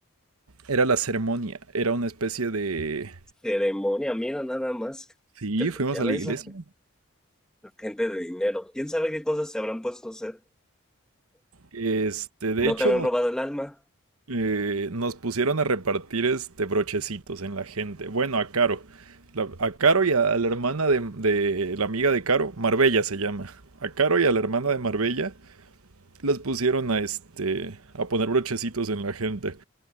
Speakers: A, on the right (about 80°); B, in the centre.
A: era la ceremonia, era una especie de...
B: Ceremonia, mira nada más.
A: Sí,
B: Te-
A: fuimos
B: ya
A: a
B: ves,
A: la iglesia.
B: <laughs> la gente de dinero. ¿Quién sabe qué cosas se habrán puesto a hacer?
A: Este, de
B: ¿No
A: hecho,
B: te habrán
A: nos,
B: robado el alma?
A: eh, nos pusieron a repartir este brochecitos en la gente. Bueno, a Caro. La- a Caro y a la hermana de, de la amiga de Caro, Marbella se llama. A Caro y a la hermana de Marbella las pusieron a este a poner brochecitos en la gente.